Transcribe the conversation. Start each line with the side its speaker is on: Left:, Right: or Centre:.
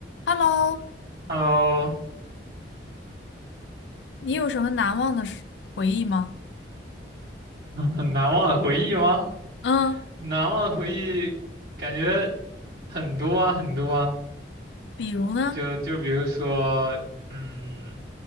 Left: Hello，
Right: Hello，
Left: 你有什么难忘的事回忆吗？
Right: <laughs> 很难忘的回忆吗？
Left: 嗯，
Right: 难忘的回忆感觉很多啊，很多啊。
Left: 比如呢？
Right: 就就比如说，嗯，